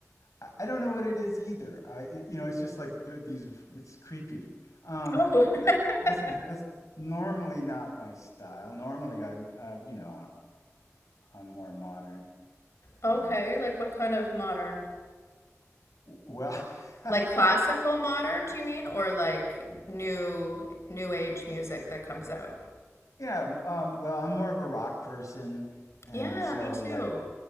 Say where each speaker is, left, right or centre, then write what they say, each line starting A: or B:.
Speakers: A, on the left; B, on the left.
A: I, I don't know what it is either. I, you know, it's just like the, these, it's creepy. Um,
B: Oh.
A: but
B: <laughs>
A: that, that's, that's normally not my style. Normally I'm, uh, you know, I'm more modern.
B: Okay,
A: Um,
B: like what kind of modern?
A: well, <laughs>
B: Like classical modern, do you mean? Or like new new age music that comes out?
A: Yeah, m- um, well, I'm more of a rock person, and
B: Yeah,
A: so
B: me too.
A: like